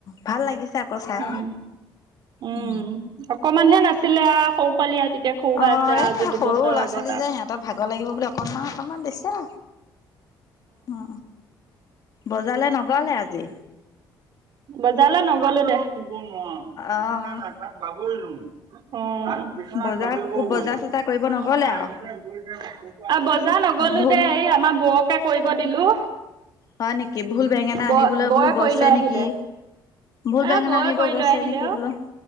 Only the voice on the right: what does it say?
উম উম
অকমানহে নাছিলে আৰু সৰু পোৱালি আৰু তেতিয়া সৰু হৈ
আছে আৰু
আজি দুবছৰৰ
আগত
আৰু
বজাৰলৈ নগলো দে। শুব মন বিছনাত
অলপ বাগৰিলো অ বিছনাত
বাগৰিব গলো
তাৰ
পৰা
এনেতে গৈছে। বজাৰ নগলো
দেই আমাৰ বৌকে কৰিব দিলো।
বৌ
বৌয়ে
কৰি লৈ
আহিলে
এ
বৌয়ে
কৰি
লৈ আহিলে
অ